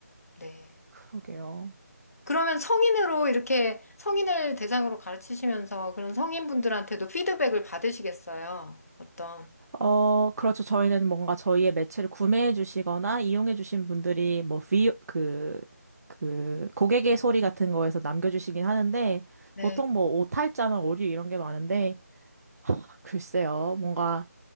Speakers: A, on the left (about 60°); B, on the right (about 65°).
A: 네.
B: 그러게요.
A: 그러면 성인으로 이렇게 성인을 대상으로 가르치시면서 그런 성인분들한테도 피드백을 받으시겠어요? 어떤?
B: 어, 그렇죠. 저희는 뭔가 저희의 매체를 구매해 주시거나 이용해 주신 분들이 뭐, 비, 그, 그, 고객의 소리 같은 거에서 남겨주시긴 하는데,
A: 네.
B: 보통 뭐, 오탈자나 오류 이런 게 많은데, 글쎄요. 뭔가